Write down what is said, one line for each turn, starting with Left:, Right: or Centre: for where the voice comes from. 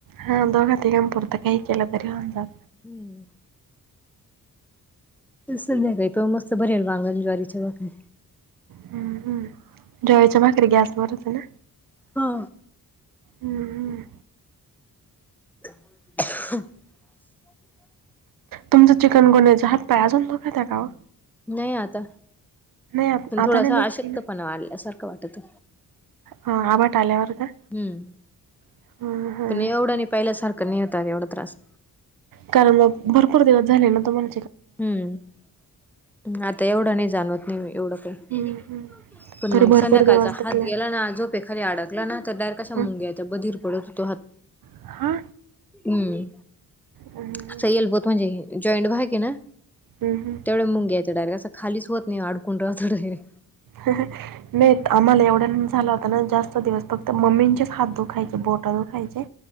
Right: हा दोघा तिघांपरतं काही केलं तरी होन जात
Centre: हम्म संध्याकाळी प मस्त बररी आहेल वांगण ज्वारीच्या बाकरी
Right: हम् हम जळीच्या पाखर ग आस बर अस ना
Centre: हा
Right: हम्म.
Centre: <unintelligible>
Right: तुमचं चिकन गुनयं हात पायाजून नो का त्या कां
Centre: नाही आता
Right: आत-
Centre: पण
Right: आता
Centre: थोडासा
Right: नाही दुखते
Centre: आशक्तपणा
Right: ना
Centre: वाढल्यासारखं वाटत
Right: ह आबाट आल्यावर का
Centre: हम्म
Right: हम्म, हम्म.
Centre: पण एवढं नाही पाहिल्यासारखं नाही होता एवढा त्रास
Right: कारण म भरपूर दिवस झाले ना त म्हण
Centre: हम्म आता एवढं नाही जाणवत नाही एवढं काही
Right: हम्म, हम्म.
Centre: पण मग
Right: तरी भरपूर
Centre: संध्याकाळचा
Right: दिवस
Centre: हात
Right: दुखले
Centre: गेला ना अजो एखाली अडकला ना तर डार कशा मुंग्या
Right: हं?
Centre: यायचा बधीर पडत होतो हात
Right: हा
Centre: हम्म
Right: हम्म,
Centre: अस येलबत म्हणजे जॉईंट बा कि ना
Right: हम हम
Centre: तेवढ मुंग घ्याच डायरेट अस खालीच होत नाही अडकून राहत डायरेट
Right: ह नाही आम्हाला एवढ्या झाला होता ना जास्त दिवस फक्त मम्मींचेच हात दुखायचे बोटा दुखायचे